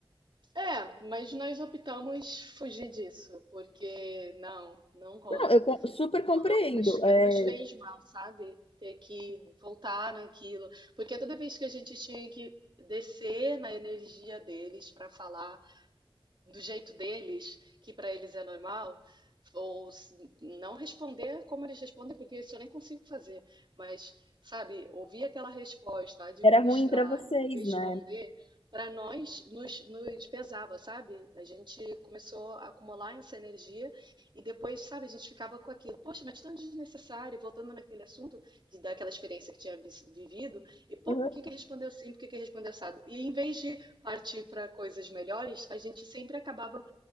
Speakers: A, on the right; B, on the left.
A: É, mas nós optamos fugir disso, porque não, não rola.
B: Não, eu co- super
A: Não
B: compreendo.
A: rola. Nos,
B: É,
A: nos fez mal, sabe? Ter que voltar naquilo. Porque toda vez que a gente tinha que descer na energia deles para falar. do jeito deles, que para eles é normal, ou s- não responder como eles respondem, porque isso eu nem consigo fazer, mas, sabe, ouvir aquela resposta, administrar
B: era ruim para vocês,
A: e responder,
B: né?
A: para nós nos, nos pesava, sabe? A gente começou a acumular essa energia e depois, sabe, a gente ficava com aquilo, poxa, mas tão desnecessário, voltando naquele assunto de daquela experiência que tinha vis- vivido, e pô,
B: Uhum.
A: por que que respondeu assim, por que que respondeu assado? E em vez de partir para coisas melhores, a gente sempre acabava